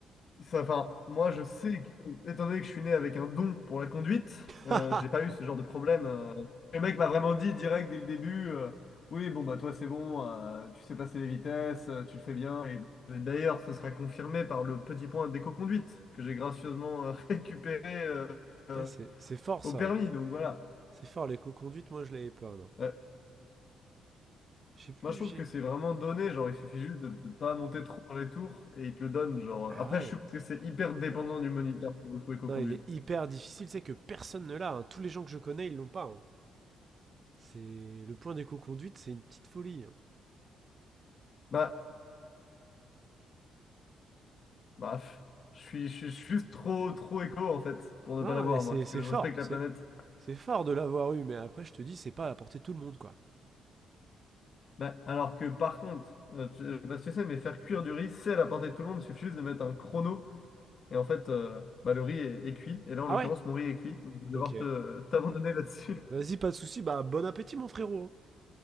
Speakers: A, on the left (about 50°); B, on the right (about 40°).
A: Ça, enfin, moi, je sais que, étant donné que je suis né avec un don pour la conduite, euh,
B: <laughs>
A: j'ai pas eu ce genre de problème. euh. le mec m'a vraiment dit direct dès le début, euh, oui, bon, bah toi, c'est bon, euh, tu sais passer les vitesses, euh, tu le fais bien. Et bah, d'ailleurs, ce sera confirmé par le petit point d'éco-conduite que j'ai gracieusement euh, <laughs> récupéré euh, euh,
B: Ah, c'est c'est fort
A: au
B: ça.
A: permis. Donc voilà.
B: C'est fort, l'éco-conduite, moi je l'avais pas. Non.
A: Euh,
B: Je sais plus,
A: moi, je trouve
B: j'ai.
A: que c'est vraiment donné. Genre, il suffit juste de ne pas monter trop dans les tours et il te le donne. Genre,
B: Ah
A: après,
B: ouais.
A: je suppose que c'est hyper dépendant du moniteur pour le coup éco-conduite.
B: Non, il est hyper difficile, c'est que personne ne l'a. hein. Tous les gens que je connais, ils l'ont pas. hein. C'est le point d'éco-conduite, c'est une petite folie. hein.
A: Bah. Bah, pff, je suis, je suis juste trop, trop éco en fait, pour ne
B: Non,
A: pas l'avoir,
B: mais c'est
A: moi. Si
B: c'est
A: tu veux,
B: fort,
A: je respecte la
B: c'est
A: planète.
B: c'est fort de l'avoir eu, mais après je te dis, c'est pas à portée de tout le monde quoi.
A: Bah, alors que par contre, euh, tu- je sais pas si tu sais, mais faire cuire du riz, c'est à la portée de tout le monde. Il suffit juste de mettre un chrono. Et en fait, euh, bah, le riz est, est cuit. Et là, en
B: Ah
A: l'occurrence,
B: ouais.
A: mon riz est cuit. Donc, je vais devoir
B: Ok.
A: te, t'abandonner là-dessus. <laughs>
B: Vas-y, pas de souci. Bah bon appétit mon frérot. hein.